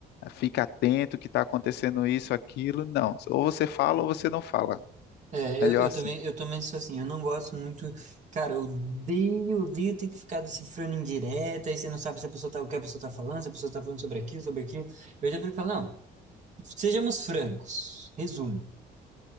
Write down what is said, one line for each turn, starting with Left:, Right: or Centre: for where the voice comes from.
Left: fica atento que tá acontecendo isso, aquilo, não. Ou você fala ou você não fala.
Right: É,
Left: Melhor
Right: eu, eu
Left: assim.
Right: também, eu também sou assim, eu não gosto muito, cara, eu odeio, odeio ter que ficar decifrando em direta, aí você não sabe se a pessoa tá, o que a pessoa tá falando, se a pessoa tá falando sobre aquilo, sobre aquilo. Eu já prefiro falar, não, sejamos francos, resume.